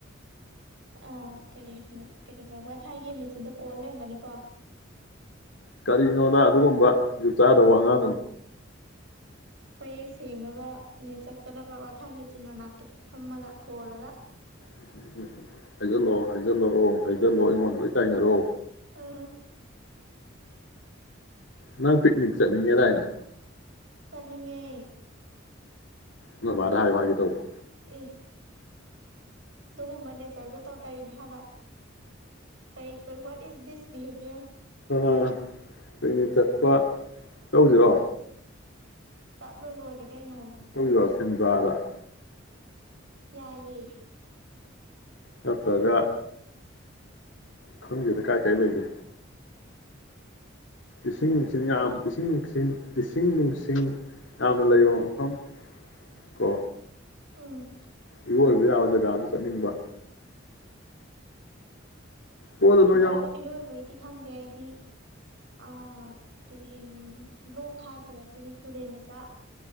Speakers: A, on the right (about 65°); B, on the left (about 70°).
A: ꯑꯣ ꯑ ꯀꯔꯤ ꯀꯔꯤꯕ ꯋꯥ ꯐꯩꯋꯥꯒꯤ ꯃꯦꯆꯤꯟꯗꯣ ꯀꯣꯟꯜ ꯂꯩꯔꯝꯒꯅꯤꯀꯣ
B: ꯀꯔꯤꯅꯣꯗ ꯑꯗꯨꯒꯨꯝꯕ ꯖꯨꯗ ꯆꯥꯗꯕ ꯋꯥꯉꯥꯡꯀꯥꯅꯨ
A: ꯃꯌꯦꯛ ꯁꯦꯡꯡꯂꯒ ꯅꯦꯠ ꯆꯞꯠꯇꯅꯕ ꯋꯥꯏ ꯐꯥꯏ ꯃꯦꯆꯤꯟ ꯃꯅꯥꯛꯇ ꯐꯝꯃꯒ ꯈꯣꯜꯂꯒ
B: ꯎꯝ ꯎꯝ ꯎꯝ ꯍꯥꯏꯖꯜꯂꯛꯑꯣ ꯍꯥꯏꯖꯜꯂꯛꯑꯣ ꯍꯥꯏꯖꯜꯂꯛꯑꯣ ꯑꯩꯉꯣꯟꯗ ꯂꯣꯏ ꯇꯥꯏꯅꯔꯣ
A: ꯑ
B: ꯅꯪ ꯄꯤꯛꯅꯤꯛ ꯆꯠꯅꯤꯡꯉꯦꯗꯥꯏꯅꯦ
A: ꯆꯅꯤꯡꯉꯦ
B: ꯅꯣꯏꯕꯥꯗ ꯍꯥꯏꯌꯨ ꯍꯥꯏꯒꯦ ꯇꯧꯕꯅꯤ
A: ꯑꯦ ꯑꯗꯨꯒꯨꯝꯕ ꯅꯦꯆꯔꯗꯨ ꯇꯧ ꯀꯔꯤꯟ ꯐꯥꯕ ꯀꯩ <unintelligible> ꯏꯥꯁ ꯗꯤꯁ ꯕꯤꯍꯦꯕꯤꯌꯦꯔ
B: ꯑ ꯄꯤꯛꯅꯤꯛ ꯆꯠꯄ ꯆꯧꯁꯤꯔꯣ
A: ꯆꯠ ꯂꯂꯣꯏꯔꯦ ꯀꯩꯅꯣ
B: ꯆꯧꯁꯤꯔꯣ ꯁꯦꯟꯗ꯭ꯔꯥꯗ
A: ꯌꯥꯏꯌꯦ
B: ꯅꯠꯇ꯭ꯔꯒ ꯈꯪꯗꯦꯗ ꯀꯥꯏ ꯀꯥꯏ ꯂꯩꯒꯦ ꯏꯁꯤꯡ ꯅꯨꯡꯁꯤꯠ ꯌꯥꯝ ꯏꯁꯤꯡ ꯅꯨꯡꯁꯤ ꯏꯁꯤꯡ ꯅꯨꯡꯁꯤꯡ ꯌꯥꯝꯅ ꯂꯩꯕ ꯃꯐꯝ ꯀꯣ
A: ꯎꯝ
B: ꯏꯔꯣꯏꯕ ꯌꯥꯕ ꯖꯒꯥ ꯑꯃ ꯆꯠꯅꯤꯡꯕ ꯇꯣꯗ
A: ꯑꯩꯗꯤ
B: ꯅꯣꯏ ꯌꯥꯎ
A: ꯏꯔꯣꯢ ꯏꯔꯣꯏꯕꯩꯗꯤ ꯈꯪꯗꯦ ꯑꯩꯗꯤ ꯑ ꯇꯨꯔꯦꯟ ꯂꯣꯛ ꯍꯥꯏꯗꯔꯦ ꯇꯨꯔꯦꯟ ꯃꯆꯥ